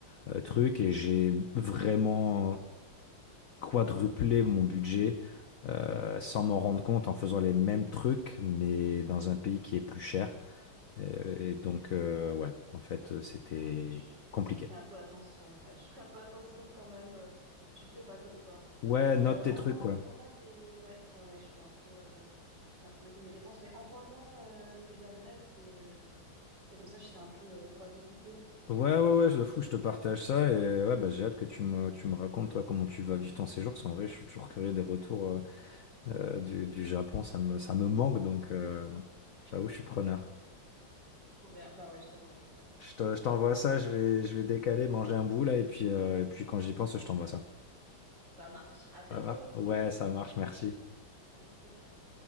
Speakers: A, on the left; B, on the right.
A: euh, trucs et j'ai vraiment quadruplé mon budget euh,
B: Ah ouais,
A: sans m'en rendre compte en faisant les mêmes trucs, mais dans un pays qui est plus cher. Euh, Et,
B: ah,
A: donc,
B: c'est ça.
A: euh, ouais, en fait, euh, c'était
B: Ouais, bah, je,
A: compliqué.
B: je ferai un peu attention. Ouais, je ferai un peu attention quand même. euh, je ferai pas comme toi.
A: Ouais,
B: Mais
A: note
B: euh,
A: tes
B: envoie,
A: trucs, quoi.
B: envoie-moi tes. Ouais, ouais, ouais, je vais un peu, euh, je vais un peu noter mes dépenses. Mais envoie-moi euh, tes adresses et, euh, et comme ça, je sais un peu euh, quoi visiter.
A: Ouais, ouais, ouais, je le fous, je te partage ça. Et euh, ouais, bah, j'ai hâte que tu me, tu me racontes, toi, comment tu vas vivre ton séjour. Parce qu'en vrai, je suis toujours curieux des retours euh, euh, du, du Japon. Ça me, ça me manque, donc euh, j'avoue, je suis preneur.
B: Trop bien. Bah ouais, je te raconte ça.
A: Je te- je t'envoie ça, je vais, je vais décaler, manger un bout, là. Et puis, euh, et puis quand j'y pense, je t'envoie ça.
B: Ça marche. À bientôt.
A: Ça va? Ouais, ça marche, merci.
B: Merci, ciao.